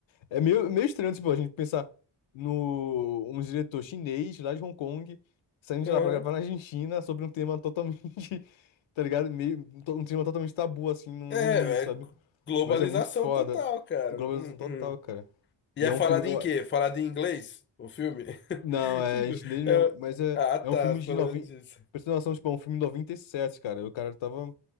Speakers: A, on the left (about 75°); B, on the left (about 25°).
A: É meio, meio estranho, tipo, a gente pensar no um diretor chinês lá de Hong Kong saindo de
B: aham.
A: lá pra gravar na Argentina sobre um tema totalmente, <laughs> tá ligado? Meio, to- um tema totalmente tabu, assim, no,
B: É,
A: no mundo, sabe?
B: é globalização
A: Mas é muito foda.
B: total, cara.
A: Globalização
B: Hum,
A: total,
B: hum.
A: cara.
B: E
A: E
B: é
A: é um
B: falado
A: filme. eu-
B: em quê? Falado em inglês? O filme? <laughs>
A: Não, é
B: Tipo,
A: em chinês mesmo,
B: é-
A: mas é,
B: Ah, tá,
A: é um filme
B: pelo
A: de noventa,
B: menos isso.
A: Pra você ter noção, tipo, é um filme de 97, cara. O cara tava